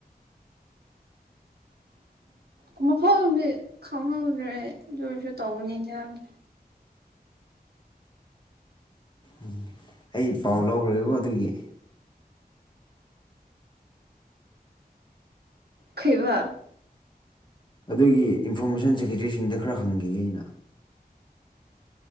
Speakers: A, on the left (about 30°); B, on the right (about 80°).
A: <inaudible>
B: ꯎ ꯃꯐꯝꯗꯤ ꯈꯪꯍꯧꯗ꯭ꯔꯦ ꯑꯗꯨ ꯑꯣꯏꯔꯁꯨ ꯇꯧꯅꯤꯅꯦ ꯍꯥꯏꯕꯅꯤ
A: ꯎ ꯑꯩ ꯄꯥꯎ ꯂꯧꯈ꯭ꯔꯦꯀꯣ ꯑꯗꯨꯒꯤ
B: ꯈꯩꯕ
A: ꯑꯗꯨꯒꯤ ꯏꯟꯐꯣꯔꯃꯦꯁꯟ ꯁꯦꯀ꯭ꯔꯦꯇꯔꯤꯁꯤꯡꯗ ꯈꯔ ꯍꯪꯈꯤꯒꯦ ꯑꯩꯅ